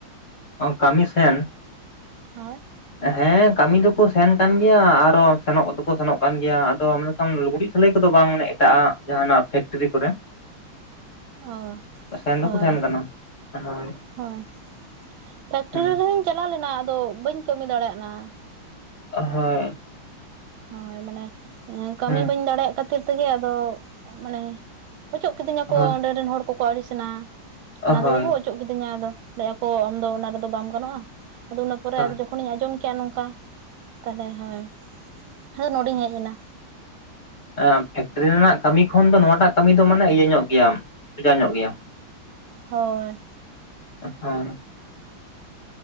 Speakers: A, on the left; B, on the right.
A: ᱠᱟᱹᱢᱤ ᱥᱮᱱ
B: ᱦᱳᱭ,
A: ᱦᱮᱸ ᱠᱟᱹᱢᱤ ᱫᱚᱠᱚ ᱥᱮᱱ ᱠᱟᱱ ᱜᱮᱭᱟ ᱟᱨᱚ ᱥᱮᱱᱚᱜ ᱫᱚᱠᱚ ᱥᱮᱱᱚᱜ ᱠᱟᱱ ᱜᱮᱭᱟ ᱟᱫᱚ ᱞᱩᱜᱽᱲᱤᱡ ᱥᱤᱞᱟᱹᱭ ᱠᱚᱫᱚ ᱵᱟᱝ ᱢᱟᱱᱮ ᱮᱴᱟᱜ ᱡᱟᱦᱟᱱᱟᱜ ᱯᱷᱮᱠᱴᱨᱤ ᱠᱚᱨᱮ
B: ᱚ
A: ᱥᱮᱱ
B: ᱦᱳᱭ
A: ᱫᱚᱠᱚ ᱥᱮᱱ ᱠᱟᱱᱟ ᱦᱳᱭ
B: ᱦᱳᱭ ᱯᱷᱮᱠᱴᱨᱤ
A: ᱦᱩᱸ
B: ᱨᱮᱦᱚᱧ ᱪᱟᱞᱟᱣ ᱞᱮᱱᱟ ᱟᱫᱚ ᱵᱟᱹᱧ ᱠᱟᱹᱢᱤ ᱫᱟᱲᱮᱭᱟᱜ ᱱᱟ ᱾
A: ᱦᱮᱸ
B: ᱦᱳᱭ ᱢᱟᱱᱮ ᱠᱟᱹᱢᱤ
A: ᱦᱩᱸ
B: ᱵᱟᱹᱧ ᱫᱟᱲᱮᱭᱟᱜ ᱠᱷᱟᱹᱛᱤᱨ ᱛᱮᱜᱮ ᱟᱫᱚ ᱢᱟᱱᱮ ᱚᱪᱚᱜ ᱠᱤᱫᱤᱧᱟ ᱠᱚ
A: ᱦᱳᱭ
B: ᱚᱸᱰᱮ ᱨᱮᱱ ᱦᱚᱲ ᱠᱚᱠᱚ ᱟᱹᱲᱤᱥᱮᱱᱟ ᱚᱱᱟ
A: ᱦᱳᱭ
B: ᱛᱮᱫᱚ ᱠᱚ ᱚᱪᱚᱜ ᱠᱤᱫᱤᱧᱟ ᱟᱫᱚ ᱞᱟᱹᱭ ᱟᱠᱚ ᱟᱢᱫᱚ ᱚᱱᱟ ᱨᱮᱫᱚ ᱵᱟᱢ ᱜᱟᱱᱚᱜᱼᱟ ᱟᱫᱚ ᱚᱱᱟ ᱯᱚᱨᱮ
A: ᱦᱳᱭ
B: ᱟᱫᱚ ᱡᱚᱠᱷᱚᱱᱤᱧ ᱟᱸᱡᱚᱢ ᱠᱮᱭᱟ ᱱᱚᱝᱠᱟ ᱛᱟᱦᱚᱞᱮ ᱦᱳᱭ ᱟᱫᱚ ᱱᱚᱰᱮᱧ ᱢᱚᱡ ᱮᱱᱟ᱾
A: ᱮ ᱯᱷᱮᱠᱴᱨᱤ ᱨᱮᱱᱟᱜ ᱠᱟᱹᱢᱤ ᱠᱷᱚᱱ ᱫᱚ ᱱᱚᱣᱟᱴᱟᱜ ᱠᱟᱹᱢᱤ ᱫᱚ ᱢᱟᱱᱮ ᱤᱭᱟᱹ ᱧᱚᱜ ᱜᱮᱭᱟᱢ, ᱥᱚᱡᱟ ᱧᱚᱜ ᱜᱮᱭᱟ᱾
B: ᱦᱳᱭ
A: ᱦᱮᱸ